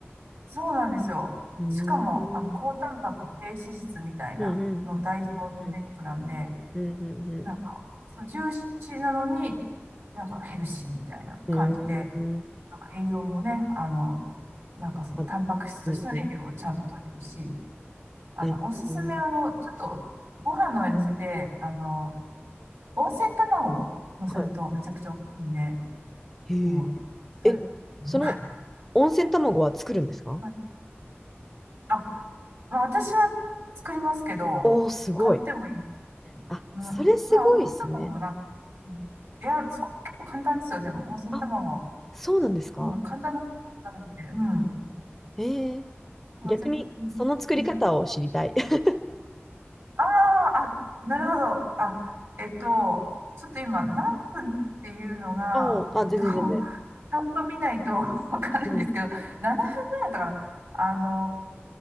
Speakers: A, on the right; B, in the centre.
A: そうなんですよ。
B: うーん。
A: しかも、あの、高タンパク低脂質みたいなの代表の胸肉なんで、
B: うんうんうんうん。うんうん
A: なんか、そう、ジューシーなのに、なんかヘルシーみたいな感じで、
B: うん。へー
A: なんか栄養もね、あの、なんかその、
B: あ、
A: タンパク質としての栄養をちゃんと取れるし、
B: うんうん。
A: あの、
B: へーうん
A: おすすめ、あの、ちょっと、ご飯の上に乗せて、あの、温泉卵を乗せるとめちゃくちゃ美味しいんで、
B: はい。へーえ、
A: うん、それ、
B: その
A: いから、
B: 温泉卵は作るんですか
A: まあ、まあ、私は作りますけど、
B: おー、すごい。
A: 買ってもいい。
B: あ、
A: うん、
B: それすごいですね。
A: まあ、温泉卵もなんか、うんいや、そう、結構簡単ですよ、でも、温泉卵。
B: あ、そうなんですか
A: うん、簡単な、なので、うん。
B: えー、
A: まあ、
B: 逆にその作り方を知りたい。
A: 全然
B: <laughs>
A: ああ、あ、なるほど。あ、えっと、ちょっと今、何分っていうのが、
B: おー、
A: えっと、
B: あ、全然全然。
A: <laughs> ちゃんと見ないと <laughs> わかんないんですけど、
B: うん。
A: 7分ぐらいだったかな。あの、